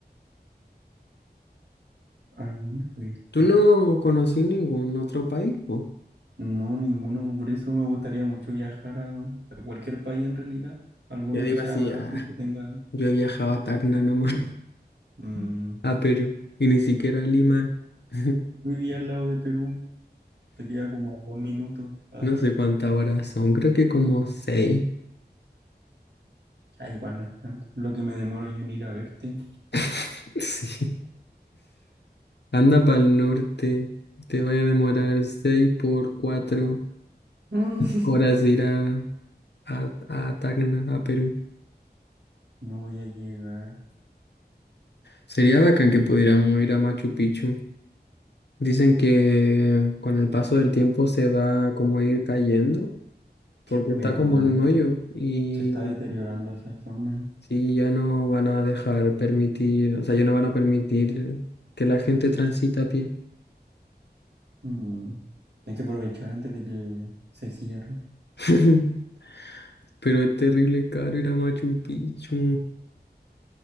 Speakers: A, on the right (about 85°); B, on the left (about 80°).
A: Ay, ¿dónde fue esto?
B: ¿Tú no conocí ningún otro país? po?
A: No, ninguno. Por eso me gustaría mucho viajar a, a cualquier país en realidad. Alguno
B: Yo digo
A: que sea
B: así,
A: barato
B: ah,
A: y que tenga...
B: yo he viajado a Tacna nomás,
A: mm,
B: <laughs> a Perú, y ni siquiera a Lima. <laughs>
A: vivía al lado de Perú. Te queda como dos minutos. ah,
B: No sé cuántas horas son, creo que como seis.
A: Ya igual no es tanto. Lo que me demoro yo en ir a verte.
B: <laughs> Sí. Anda para el norte, te vaya a demorar
A: ya
B: seis por cuatro
A: Mm. <laughs>
B: horas de ir a, a, a Tacna, a Perú.
A: No voy a llegar.
B: Sería bacán que pudiéramos ir a Machu Picchu. Dicen que con el paso del tiempo se va como a ir cayendo, porque
A: ¿Verdad?
B: está como en un hoyo y
A: Se está deteriorando esa zona.
B: sí, ya no van a dejar permitir, o sea, ya no van a permitir que la gente transita a pie.
A: Mm, Hay que aprovechar antes de que se cierre.
B: <laughs> Pero es terrible caro ir a Machu Picchu.